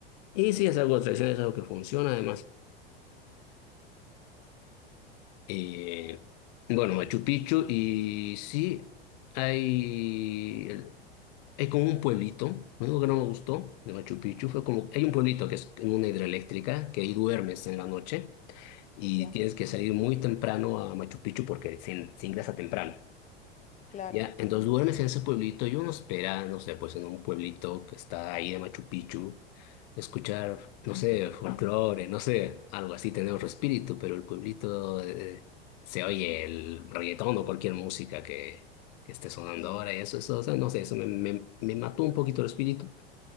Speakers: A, on the left; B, on the left.
A: Y sí, es algo tradicional, es algo que funciona además. Eh, bueno, Machu Picchu y sí, hay, el- hay como un pueblito, lo único que no me gustó de Machu Picchu fue como, hay un pueblito que es en una hidroeléctrica, que ahí duermes en la noche y
B: Ya,
A: tienes que salir muy temprano a Machu Picchu porque se, se ingresa temprano.
B: claro,
A: Ya, entonces
B: ok,
A: duermes en ese pueblito y uno espera, no sé, pues en un pueblito que está ahí de Machu Picchu, escuchar, no sé, folclore, no sé, algo así, tener otro espíritu, pero el pueblito eh, se oye el reggaetón o cualquier música que, que esté sonando
B: sí,
A: ahora y eso, eso, o sea, no sé, eso me, me, me mató un poquito el espíritu,